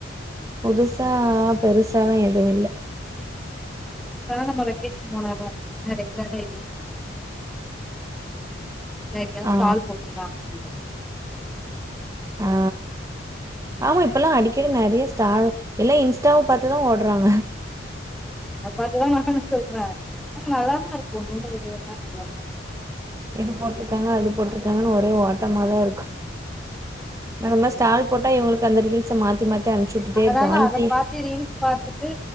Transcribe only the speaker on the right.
புதுசா பெருசால எதுவும் இல்ல
ஆ
ஆ ஆமா இப்பல்லா அடிக்கடி நெறைய ஸ்டால் எல்லா இன்ஸ்டாவ பாத்துதா ஓடறாங்க
இது போட்ருக்காங்க அது போட்ருக்காங்கன்னு ஒரே ஓட்டமாதா இருக்கு ந நம்ம ஸ்டால் போட்டா இவங்களுக்கு அந்த ரீல்ஸ மாத்தி மாத்தி அனுப்ச்சு விட்டுட்டே
இருப்பே வண்டி